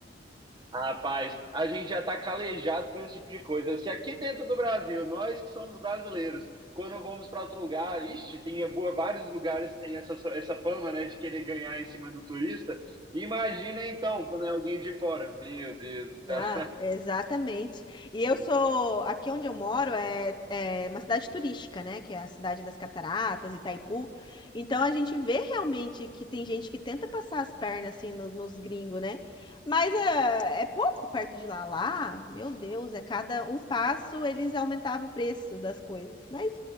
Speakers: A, on the right; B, on the left.
A: Rapaz, a gente já está calejado com esse tipo de coisa. Se aqui dentro do Brasil, nós que somos brasileiros, quando vamos para outro lugar, ixi, tem boa- vários lugares que tem essa, essa fama, né, de querer ganhar em cima do turista. Imagina então, quando é alguém de fora. Meu Deus do céu.
B: Ah, exatamente. E eu sou, aqui onde eu moro é, é uma cidade turística, né? Que é a cidade das Cataratas, Itaipu. Então a gente vê realmente que tem gente que tenta passar as pernas assim no- nos gringos, né? Mas é, é pouco perto de lá. Lá, meu Deus, é cada um passo eles aumentavam o preço das coisas. Mas